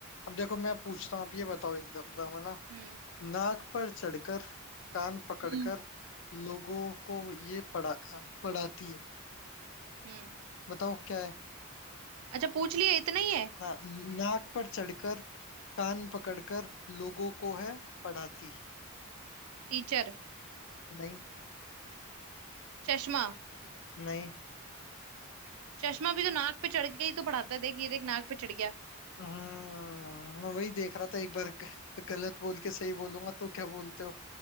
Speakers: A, on the left; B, on the right.
A: अब देखो मैं पूछता हूँ आप ये बताओ एकदम दम है ना
B: हम्म
A: नाक पर चढ़कर कान पकड़कर
B: हम्म,
A: लोगों को ये पढ़ा पढ़ाती है
B: हम्म
A: बताओ क्या है
B: अच्छा पूछ लिए इतना ही है
A: ना, नाक पर चढ़कर कान पकड़कर लोगों को है पढ़ाती
B: टीचर
A: नहीं
B: चश्मा
A: नहीं
B: चश्मा भी तो नाक पे चढ़ के ही तो पढ़ाता है देख ये देख नाक पे चढ़ गया
A: हम्म मैं वही देख रहा था एक बार ग- गलत बोल के सही बोलूंगा तो क्या बोलते हो